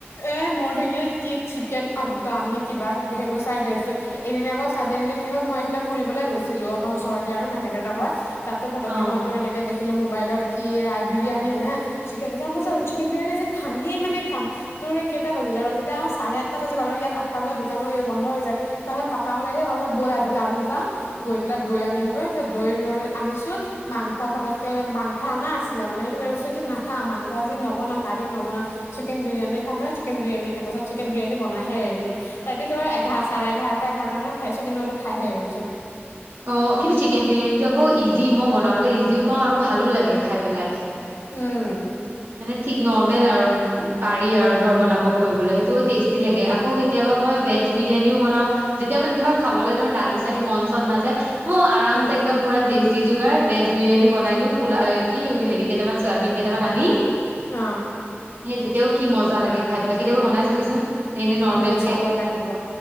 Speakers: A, on the left (about 90°); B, on the right (about 60°).
A: এ মইতো ই কি চিকেন আফগান কিবা কিবি সেইবোৰ চাই থৈ আছো ।এদনা আকৌ ছডেনলি কি হ'ল মই এইফালে ফুৰিবলৈ গৈছিলো আমাৰ ওচৰতে আৰু মাহীহতৰ ঘৰত। তাতো ফটকে
B: অ
A: মইতো এনেক দেখিলো মোৰ। মোবাইলত কি ৰা বিৰিয়ানি হিলে হ চিকেন মই চিকেন বিৰিয়ানী আজি খামেই মানে খাম। তোৰ কেইটা বাজিলে ৰ তেতিয়া চাৰে আঠটা বাজি গল আৰু ইয়াত আঠটা বজাত দোকান হৈ বন্ধ হৈ যায়। তাৰপাছত পাপাহ সু আহি ব'লা আৰু দোকানত যাওঁ গৈ পেলাই দৈ আনিমগৈ দৈ আনিছো মাংস পটকে মাংস অনা আছিলে মানে সেইটো কি নাখা মাংস নবনাও কাৰি নবনাও চিকেন বিৰিয়ানী। চিকেন বিৰিয়ানী পাছত চিকেন বিৰিয়ানী বনাই হে এৰিলো ।তাই তই এঘাৰ চাৰে এঘাৰটা এঘাৰটা মানত খাইছো কিন্তু এইটো খাইহে আহিছো।
B: অঁ কিন্তু চিকেন বিৰিয়ানীটো আকৌ ইজি মই বনাবলে ইজিও পাওঁ আৰু ভাল। ভালো লাগে খাই পেলাই।
A: উম।
B: মানে ঠিক নৰ্মেল আৰু পাৰি আৰু ধৰ বনাব কৰিবলৈ সেই। টেষ্টি লাগে আকৌ কেতিয়াবা মই ভেজ বিৰিয়ানিও বনাও ।যেতিয়া মানে ধৰ খাবলৈ ধৰ দালি চালি মন চন নাযায়। ম আৰামছে
A: উম
B: একদম
A: উম
B: পুৰা দেশি যুগাৰ ভেজ বিৰিয়ানী। বনাই দিওঁ পোলাও। কি হেৰি কেইটামান চয়াবিন কেইটামান আনি।
A: অহঁ।
B: সেই তেতিয়াও কি মজা লাগে খাই পেলাই কেতিয়াবা বনাই। চাবিচোন এনেই নৰ্মেল
A: উম চাব
B: কে
A: লাগিব